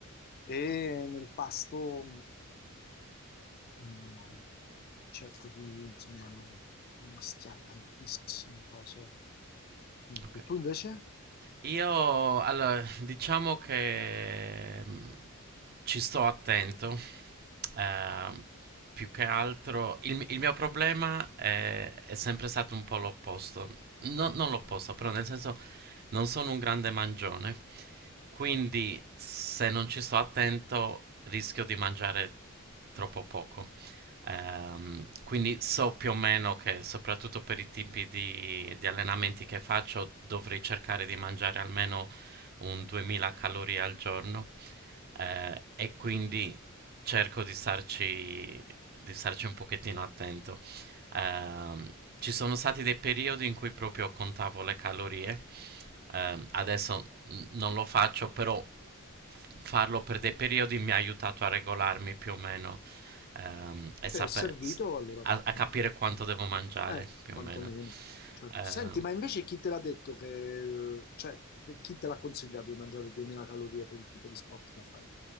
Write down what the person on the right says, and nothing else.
ok.
Io, allora, diciamo che mm, ci sto attento, Ehm, più che altro il, il mio problema è, è sempre stato un po' l'opposto. No- non l'opposto, però nel senso non sono un grande mangione, quindi se non ci sto attento rischio di mangiare troppo poco. Ehm, quindi so più o meno che soprattutto per i tipi di, di allenamenti che faccio dovrei cercare di mangiare almeno un 2000 calorie al giorno. Eh, e quindi cerco di starci, di starci un pochettino attento. Ehm, ci sono stati dei periodi in cui proprio contavo le calorie. Ehm, adesso mm, non lo faccio, però f- farlo per dei periodi mi ha aiutato a regolarmi più o meno, ehm, e
sape-
s-
a,
a
capire quanto devo mangiare
più
o meno.
Ehm,